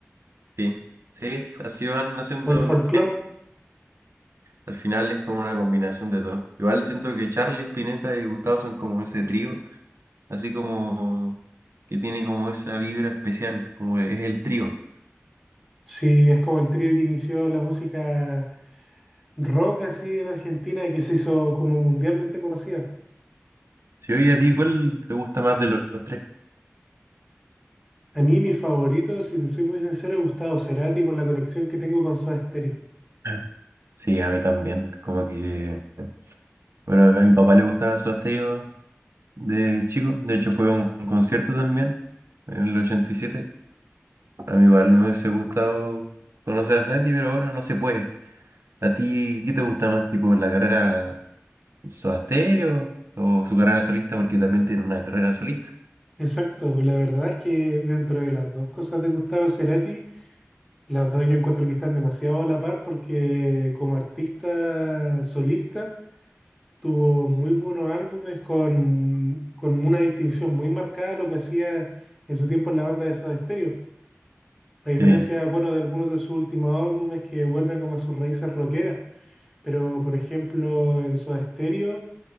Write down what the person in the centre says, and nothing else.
o el folclore.
Sí, es como el trío que inició la música rock así en Argentina y que se hizo como mundialmente conocida.
A mí mi favorito, si te soy muy sincero, es Gustavo Cerati por la conexión que tengo con Soda Stereo.
Exacto, la verdad es que dentro de las dos cosas de Gustavo Cerati, las dos yo encuentro que están demasiado a la par porque como artista solista tuvo muy buenos álbumes con, con una distinción muy marcada a lo que hacía en su tiempo en la banda de Soda Stereo. A diferencia,
bueno, de algunos de sus últimos álbumes que vuelven como a sus raíces rockeras, pero por ejemplo en Soda Stereo